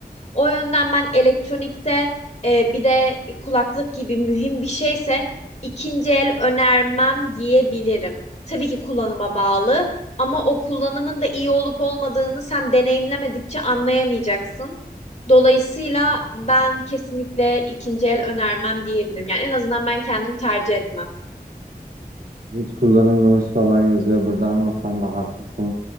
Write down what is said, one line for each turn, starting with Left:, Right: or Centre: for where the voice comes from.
Left: O yönden ben elektronikte e, bir de kulaklık gibi mühim bir şeyse ikinci el önermem diyebilirim. Tabii ki kullanıma bağlı ama o kullanımın da iyi olup olmadığını sen deneyimlemedikçe anlayamayacaksın. Dolayısıyla ben kesinlikle ikinci el önermem diyebilirim. Yani en azından ben kendim tercih etmem.
Right: Hiç kullanılmamış falan yazıyor burada ama sen de haklısın.